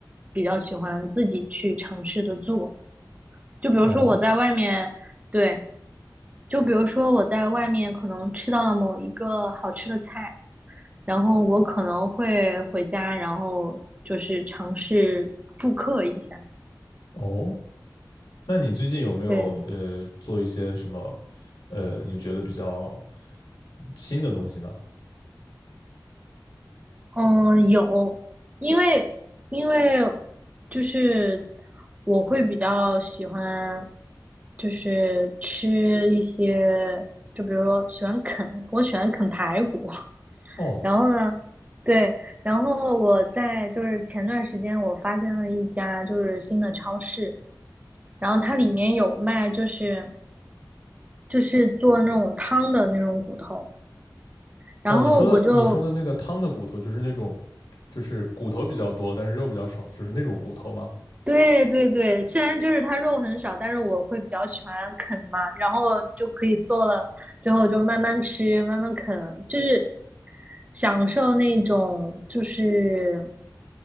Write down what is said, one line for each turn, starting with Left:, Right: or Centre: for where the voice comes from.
Right: 比较喜欢自己去尝试着做。就比如说我在外面，
Left: 哦
Right: 对，就比如说我在外面可能吃到了某一个好吃的菜，然后我可能会回家，然后就是尝试复刻一下。
Left: 哦，那你最近有没有呃做一些什么呃你觉得比较
Right: 对，
Left: 新的东西呢？
Right: 嗯，有，因为因为就是我会比较喜欢，就是吃一些，就比如说喜欢啃，我喜欢啃排骨。<laughs>
Left: 哦
Right: 然后呢，对，然后我在就是前段时间我发现了一家就是新的超市，然后它里面有卖就是就是做那种汤的那种骨头，然后我就
Left: 哦，你说的你说的那个汤的骨头就是那种就是骨头比较多，但是肉比较少，就是那种骨头吗？
Right: 对对对，虽然就是它肉很少，但是我会比较喜欢啃嘛，然后就可以做了之后就慢慢吃，慢慢啃，就是享受那种就是